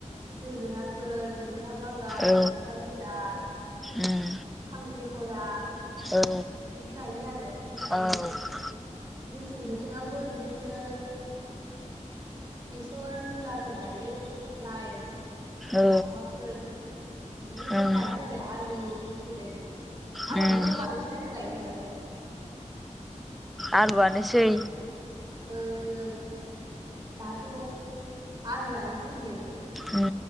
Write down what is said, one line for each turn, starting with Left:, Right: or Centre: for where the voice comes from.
Right: जोगोनारफोर मैथा बांगाल
Centre: औ
Right: मैथा गोजा जा
Centre: उम
Right: खांख्रि गला
Centre: औ
Right: बिदि गायो आरो ओमफ्राय
Centre: औ
Right: मेसें बोथोरावबो बिदिनो सर मुलाफोर गायो लाइ
Centre: औ
Right: लाफाफोर बिदिनो
Centre: उम
Right: गायो आरो आलु जेरै आलुखौथ'
Centre: उम
Right: बांसिनानो गायो नालाय
Centre: आलुआनोसै
Right: ओ नों दाथ' आलुआनो सोलियोसै
Centre: उम